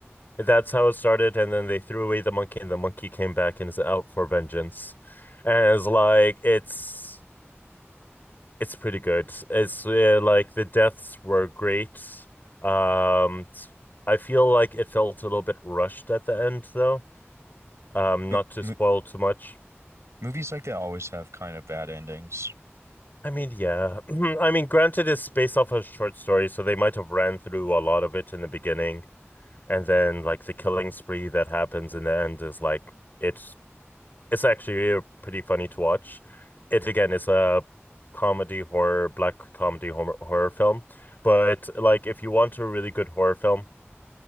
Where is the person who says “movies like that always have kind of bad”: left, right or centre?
Right